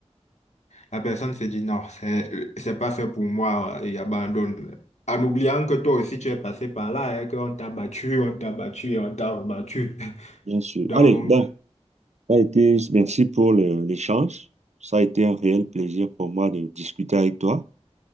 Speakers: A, on the left; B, on the right.
A: la personne se dit non, c'est c'est pas fait pour moi et abandonne. En oubliant que toi aussi tu es passé par là, hein, qu'on t'a battu, on t'a battu et on t'a rebattu. <laughs>
B: bien sûr.
A: Donc,
B: Allez, bon, ça a été, merci pour le- l'échange. Ça a été un réel plaisir pour moi de discuter avec toi.